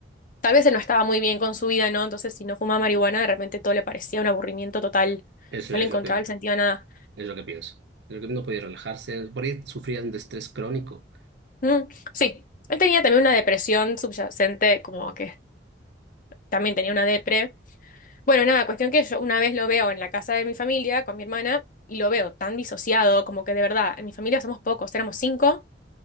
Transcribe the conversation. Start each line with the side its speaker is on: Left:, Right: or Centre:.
Left: tal vez él no estaba muy bien con su vida, ¿no? Entonces, si no fumaba marihuana, de repente todo le parecía un aburrimiento total.
Right: Eso
Left: No
Right: es
Left: le encontraba
Right: lo que,
Left: el sentido a nada.
Right: es lo que pienso. Creo que no podía relajarse. Por ahí sufría de un estrés crónico.
Left: Mm, sí, él tenía también una depresión subyacente, como que también tenía una depre. Bueno, nada, cuestión que yo una vez lo veo en la casa de mi familia con mi hermana y lo veo tan disociado, como que de verdad, en mi familia somos pocos, éramos cinco,